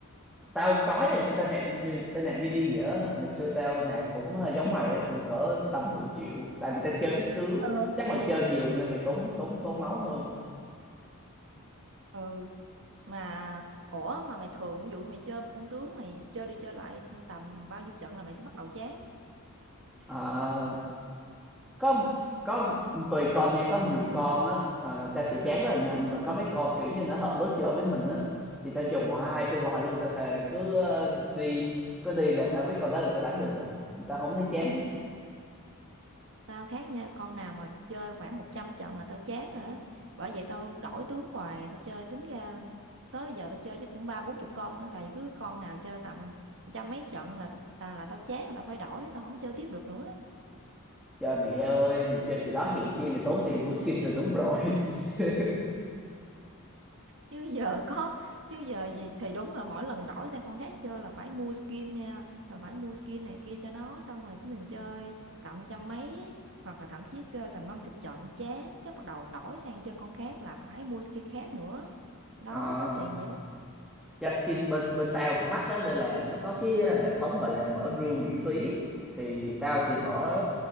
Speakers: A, in the centre; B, on the right (about 60°).
A: tao có chứ ngày xưa tao nạp như tao nạp như đi nghĩa á. ngày xưa tao nạp cũng à, giống mày á cũng cỡ tầm mười triệu tại vì tao chơi ít tướng
B: ừ
A: chắc
B: ghê
A: mày chơi nhiều nên mày tốn tốn tốn máu hơn
B: ừ mà ủa mà mày thường ví dụ như mày chơi một con tướng mày chơi đi chơi lại tầm bao nhiêu trận là mày sẽ bắt đầu chán
A: à, có có tùy con nha có nhiều con á ờ, ta sẽ chán rất là nhanh nhưng mà có mấy con kiểu như nó hợp lối chơi với mình á thì tao chơi hoài chơi hoài luôn tao thề cứ ờ, đi cứ đi là tao biết con đó là tao đánh được à tao không thấy chán á
B: tao khác nha con nào mà chơi khoảng 100 trận là tao chán rồi đó bởi vậy tao đổi tướng hoài tao chơi tính ra tới bây giờ tao chơi chắc cũng ba bốn chục con á tại vì cứ con nào chơi tầm trăm mấy trận là ta là tao chán là tao phải đổi tao không có chơi tiếp được nữa
A: trời mẹ ơi mày chơi kiểu đó hèn chi mày tốn tiền mua skin rồi đúng rồi <laughs>
B: chứ giờ có chứ giờ gì- thì đúng là mỗi lần đổi sang con khác chơi là phải mua skin nha là phải mua skin này kia cho nó xong rồi cái mình chơi tầm trăm mấy hoặc là thậm chí chơi tầm năm chục trận chán cái bắt đầu đổi sang chơi con khác là phải mua skin khác nữa đó
A: à,
B: tốn tiền vậy đó
A: do skin bên bên tao cũng mắc á nên là nó có cái hệ thống gọi là mở rương miễn phí thì tao sẽ mở